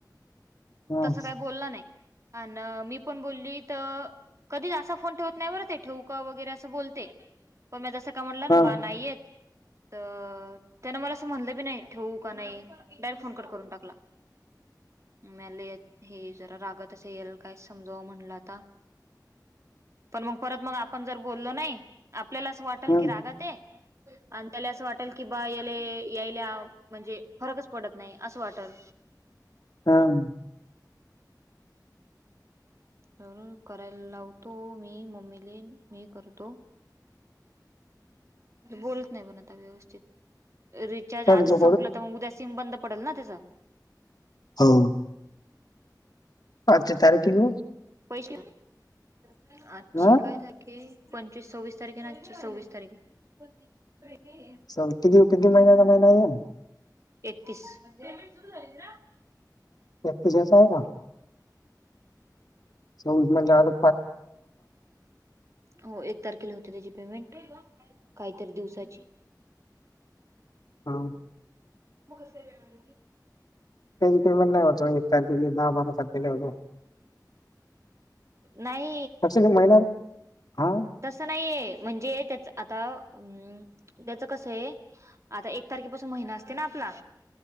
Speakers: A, on the left (about 65°); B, on the right (about 45°).
A: हा,
B: तसं काय बोलला नाई. अन मी पण बोलली त कधीच असा फोन ठेवत नाई बरं ते ठेऊका वगैरे असं बोलते. पण म्या जसं काय म्हणलं
A: हा,
B: बा नाई येत त त्यानं मला असं म्हणलं बी नाही ठेवू का नाई डायरेक्ट फोन कट करून टाकला. म्याले ए हे जरा रागातचे याल काय समजाव म्हणलं आता. पण मग परत मग आपण जर बोललो नाई आपल्याला असं वाटंल
A: हम्म,
B: की रागाते आण त्याले असं वाटंल की बा याले यायल्या म्हणजे फरकच पडत नाई असं वाटंल.
A: थांब
B: तर.. करायला लावतो मी.. मम्मी.. ले मी करतो. बोलत नाही म्हण आता व्यवस्थित.. रे चार्ज
A: करतो
B: आजच संपलं
A: करू
B: तर मग उद्या सिम बंद पडल ना त्याच?
A: हो आजची तारीख कि.. नी
B: पैसे है.. आजची
A: हा?
B: काय तारीख य पंचवीस.. सव्वीस तारीख हे सव्वीस तारीख <unintelligible>
A: चौथी किती.. किती महिन्याला महिना है यो
B: एकतीस.. म्हणजे सुरू झाली ना
A: एकतीसाचा है का? सव्वीस म्हणल्यावर
B: हो.. एक तारखेला होते त्याची पेमेंट काई तरी दिवसाची
A: हो
B: म क स व म्हणगी <inaudible>
A: त्याची पेमेंट नाही होत हो एक तारखेले दहा बारा तारखेला होतो.
B: नाई
A: असे ते महिन आ..
B: तसं नाहीय.. य म्हणजे त्याच.. आता अं.. त्याचं कसं आहे. आता एक तारखेपासून महिना असते ना आपला..